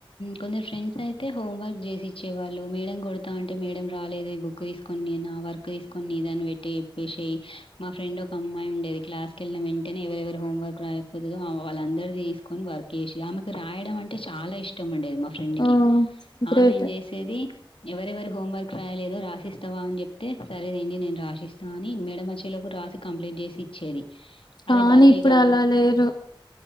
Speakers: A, on the left; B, on the left.
A: కొందరు ఫ్రెండ్స్ అయితే హోం వర్క్ చేసి ఇచ్చేవాళ్ళు మేడం కొడతా అంటే మేడం రాలేదు ఈ బుక్ ఇ తీసుకొని నా వర్క్ తీసుకొని దాన్ని పెట్టి చెప్పేసి మా ఫ్రెండ్ ఒక అమ్మాయి ఉండేది క్లాస్ క వెళ్ళిన వెంటనే ఎవరెవరు హోంవర్క్ రాకపోతుదో వాళ్లందర్ది తీసుకొని వా వర్క్ చేసి ఆమెకు రాయడం అంటే చాలా ఇష్ ఇష్టం ఉండేది మా ఫ్రెండ్
B: ఓ
A: కి
B: గ్రేట్
A: ఆమె ఏం చేసేది ఎవరెవరూ హోమ్ వర్క్ రాయలేదు రాసిస్తావా అని చెప్తే సరేదండి నేను రాసిస్తా అని మేడమ్ వచ్చేలోపు రాసి కంప్లీట్ చేసి ఇచ్చేది అది
B: కానీ
A: భలే
B: ఇప్పుడు
A: గమ్
B: అలా లేరు